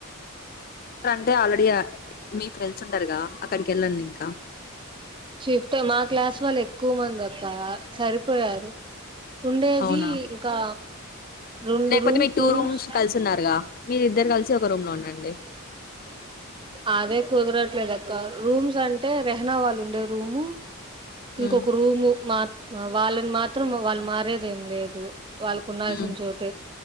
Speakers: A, on the left; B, on the right.
A: అంటే ఆల్రడియా మీ ఫ్రెండ్స్ ఉంటారుగా అక్కడికి వెళ్ళండి ఇంకా
B: షిఫ్ట్ మా క్లాస్ వాళ్ళు ఎక్కువ మంది అక్క సరిపో పోయారు ఉండేది
A: అవునా
B: ఇంకా రెండు
A: లేకపోతే
B: రూమ్
A: మీ
B: టూ రూమ్స్
A: కలిసి ఉన్నారుగా మీరిద్దరు కలిసి రూమ్ లో ఉండండి
B: అదే కుదరట్లేదు అక్క రూమ్స్ అంటే రెహనా వాళ్ళు ఉండే రూము ఇంకొక
A: మ్మ్
B: రూమ్ మా వాళ్ళని మాత్రం వాళ్ళు మరేదేం లేదు వాళ్ళకు ఉన్నాల్సిన
A: మ్మ్
B: చోట